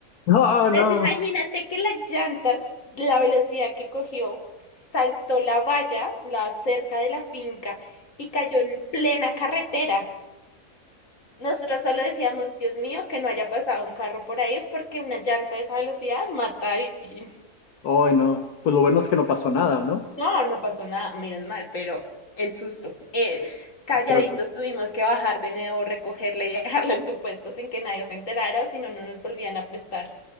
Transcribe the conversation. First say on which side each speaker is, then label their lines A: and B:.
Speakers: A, on the left; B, on the left.
A: Ah, no, no.
B: Entonces imagínate que las llantas, la velocidad que cogió, saltó la valla, la cerca de la finca, y cayó en plena carretera. Nosotros solo decíamos, Dios mío, que no haya pasado un carro por ahí, porque una llanta a esa velocidad mata a alguien.
A: Ay, no. Pues lo bueno es que no pasó nada, ¿no?
B: No, no pasó nada, menos mal, pero el susto. Eh, calladitos
A: Pero que-
B: tuvimos que bajar de nuevo, recogerla y dejarla en su puesto sin que nadie se enterara o si no, no nos volvían a prestar